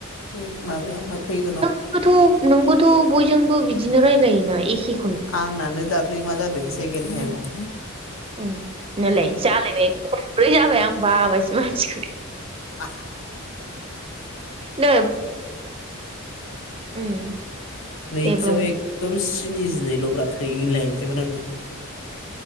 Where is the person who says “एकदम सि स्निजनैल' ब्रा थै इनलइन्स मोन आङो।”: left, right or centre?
Left